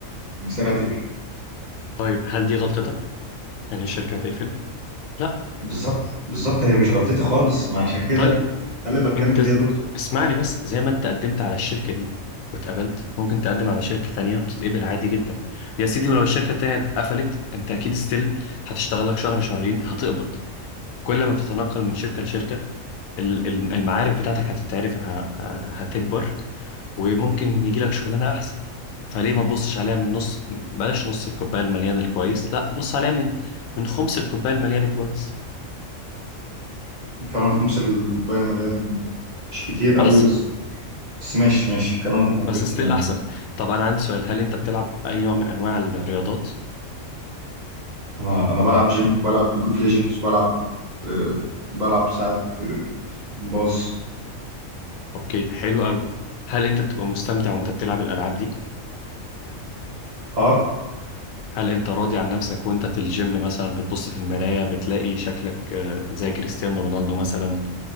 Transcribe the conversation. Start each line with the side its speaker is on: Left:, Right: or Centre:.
Right: مصيرها تقفل
Left: طيب هل دي غلطتك ان الشركة هتقفل لا
Right: بالظبط بالظبط هي مش غلطتي خالص ما عشان كده
Left: طيب
Right: ده اللي بتكلم
Left: انت
Right: فيه
Left: ز...
Right: يا دكتور
Left: اسمعني بس زي ما انت قدمت على الشركة دي واتقبلت ممكن تقدم على شركة تانية وتتقبل عادي جدا يا سيدي ولو الشركة التانية اتقفلت انت اكيد ستيل هتشتغل لك شهر شهرين هتقبض كل ما بتتنقل من شركة لشركة ال- ال- المعارف بتاعتك هتتعرف ه- هتكبر وممكن يجي لك شغلانة أحسن فليه ما تبصش عليها من نص بلاش نص الكوباية المليان الكويس لا بص عليها من من خمس الكوباية المليان الكويس
Right: فعلا خمس الكوبايه المليان مش كتير قوي
Left: أحسن
Right: بس بس ماشي ماشي كلامك
Left: بس
Right: منطقي
Left: ستيل
Right: يعني
Left: أحسن طب أنا عندي سؤال هل أنت بتلعب أي نوع من أنواع الرياضات؟
Right: انا انا بلعب جيم وبلعب ليج اوف ليجندز وبلعب آه بلعب ساعات آه، باز
Left: أوكي حلو أوي هل أنت بتبقى مستمتع وأنت بتلعب الألعاب دي؟
Right: اه
Left: هل أنت راضي عن نفسك وأنت في الجيم مثلا بتبص في المراية بتلاقي شكلك آه، زي كريستيانو رونالدو مثلا